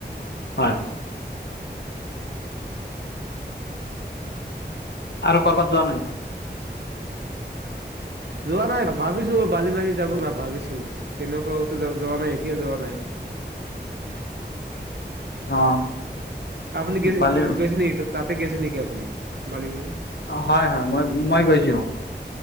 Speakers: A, on the left; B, on the right.
A: হয়। আৰু ক'ৰবাত যোৱা নাই।
B: যোৱা নাই ভাবিছোঁ বালি মাৰি যাব ভাবিছোঁ। তেনেকুৱা কতো যোৱা নাই এতিয়া যোৱা নাই।
A: অ'।
B: আপুনি গেছি-গেছিলি
A: বালি
B: তাতে গেছিল নেকি আপুনি? বালি বাৰি
A: অঁ হয় হয় মই, মই গৈছো।